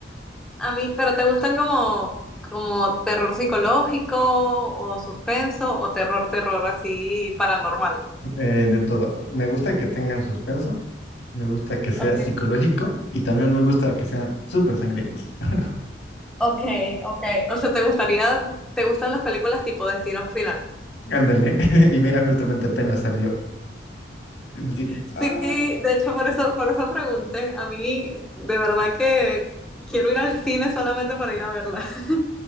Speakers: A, in the centre; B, on the left (about 75°).
A: A mí, pero ¿te gustan como, como terror psicológico o suspenso o terror, terror así paranormal?
B: eh, de todo. Me gusta que tengan suspenso, me gusta que sea
A: Okay.
B: psicológico y también me gusta que sean súper sangrientos. <laughs>
A: Ok, ok. O sea, ¿te gustaría, te gustan las películas tipo Destino Final?
B: Ándale. <laughs> Y mira, justamente apenas salió en el cine.
A: Sí,
B: Ah,
A: de hecho, por eso, por eso pregunté. A mí, de verdad que quiero ir al cine solamente para ir a verla. <laughs>